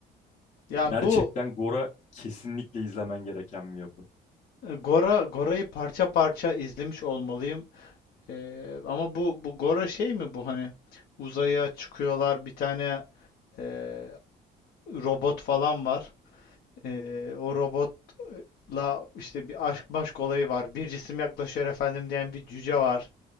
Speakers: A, on the left; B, on the left.
A: Yani
B: gerçekten
A: bu
B: Gora kesinlikle izlemen gereken bir yapı.
A: E, Gora Gora'yı parça parça izlemiş olmalıyım. Eee, ama bu bu Gora şey mi bu hani uzaya çıkıyorlar bir tane eee, robot falan var. Eee, o robotla işte bir aşk maşk olayı var. Bir cisim yaklaşıyor efendim diyen bir cüce var.